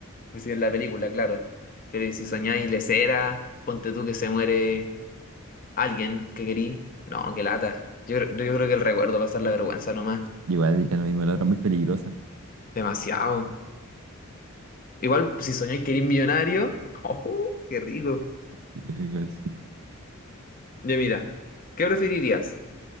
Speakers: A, on the left; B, on the right.
A: Si en la película, claro. Pero ¿y si soñáis lesera, ponte tú que se muere alguien que querís. No, qué lata. Yo, cre- yo creo que el recuerdo va a ser la vergüenza nomás.
B: igual diría lo mismo, la otra es muy peligrosa.
A: Demasiado. Igual si soñáis querís millonario. <laughs> ¡Oh, qué rico!
B: Sí, igual sí.
A: Yo mira, ¿qué preferirías?